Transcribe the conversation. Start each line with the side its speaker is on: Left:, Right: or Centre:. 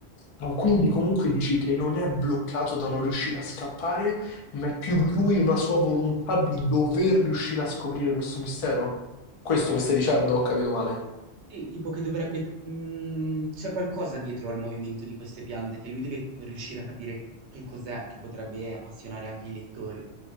Left: Ma quindi comunque dici che non è bloccato da non riuscire a scappare, ma è più lui una sua volontà di dover riuscire a scoprire questo mistero? Questo mi stai dicendo, ho capito male.
Right: Sì, tipo che dovrebbe... mh, c'è qualcosa dietro al movimento di queste piante che lui deve riuscire a capire che cos'è che potrebbe appassionare anche i lettori.